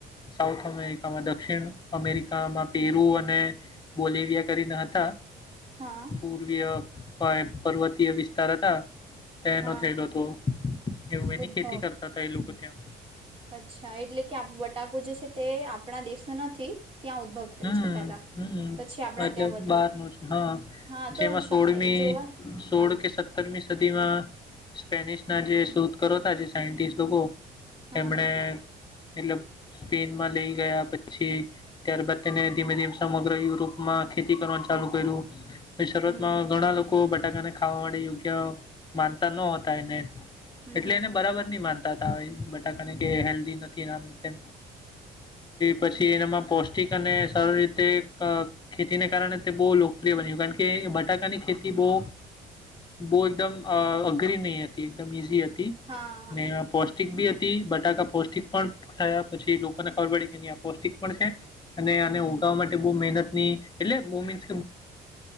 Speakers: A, on the left (about 25°); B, on the right (about 35°).
A: સાઉથ અમેરિકામાં દ ક્ષિણ અમેરિકામાં પેરુ, અને બોલેવિયા કરીન હતા.
B: હા
A: પૂર્વીય પણ પર્વતીય વિસ્તાર હતા. તેનો
B: હા
A: થયલો અતો. એવું એની
B: ઉદ્ભવ
A: ખેતી કરતા તા એ લોકો. કુઠ્યા.
B: અચ્છા એટલે કે બટાકુ જે છે તે આપણા દેશ શું નથી. ત્યાં ઉદ્ભવ થયું
A: હમ
B: છે પેલા
A: હમ
B: પછી આપણા
A: એટલે
B: ત્યાં વધવા
A: બાર ન છે હા
B: હા તો
A: જેમાં
B: સા
A: સોળમી
B: જોવા
A: સોળ
B: હા
A: કે સત્તરમી સ્પેનિશ ના જે શધ કરો જે સાયસ્ટ લોકો.
B: હા
A: તેમણે
B: હા
A: એટલબ સ્પેનમાં લઈ ગયા પછી, ત્યારબાદ તેને ધીમે ધીમે સમગ્ર યુરોપમાં ખેતી કરવાનું ચાલુ કર્યું. શરૂઆતમાં
B: હમ
A: ઘણા લોકો ખાવા માટે યોગ્ય માનતા ન હોતા એને.
B: હમ
A: એટલે
B: હમ
A: એને બરાબર નઈ માનતા. બટાકાને હેલદી નથી, પછી એના પષ્ટિક અને સરારી રીતે ખેતીને કારણે તે બહુ લોકપ્રિય બન્યું કારણ કે બટાકાની ખેતી બહુ, બહુ એકદમ અઘરી નહીં હતી. એકદમ ઈઝી હતી
B: હા
A: ને પૌષ્ટિક બી હતી. બટાકા પૌષ્ટિક પણ થયા પછી લોકોને ખબર પડી કે નહી પૌષ્ટિક પણ છે. અને આને
B: હમ
A: ઉગાવવા માટે બહુ મહેનત ની એટલે મોમેન્ટ